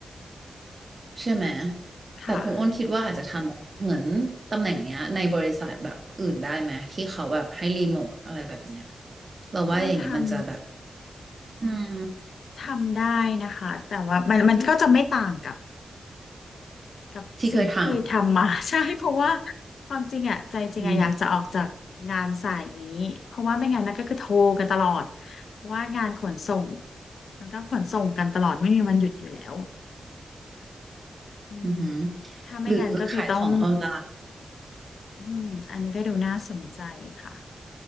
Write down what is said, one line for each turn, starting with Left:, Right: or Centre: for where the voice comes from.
Right: ใช่ไหม
Left: ค่ะ
Right: แต่คุณอ้นคิดว่าอาจจะทำเหมือนตำแหน่งเนี้ยในบริษัทแบบอื่นได้ไหมที่เขาแบบให้รีโมทอะไรแบบเนี้ยเราว่าอย่างเงี้ยมันจะแบบ
Left: ก็ทำ
Right: อืม
Left: ทำได้นะคะแต่ว่ามันมันก็จะไม่ต่างกับกับสิ่งที่เคยทำมา
Right: ที่เคยท
Left: <laughs> ใช่เพราะว่าความจริงอ่ะใจจริงอ่ะอยากจะออกจากงานสายนี้เพราะว่าไม่งั้นนะก็คือโทรกันตลอดเพราะว่างานขนส่ง
Right: ำนี่
Left: มันก็ขนส่งกันตลอดไม่มีวันหยุดอยู่แล้วอืม
Right: อือหือ
Left: ถ้าไม่งั้นก็คือต้อง
Right: หรือขายของออนไลน์
Left: อืมอันนี้ก็ดูน่าสนใจค่ะ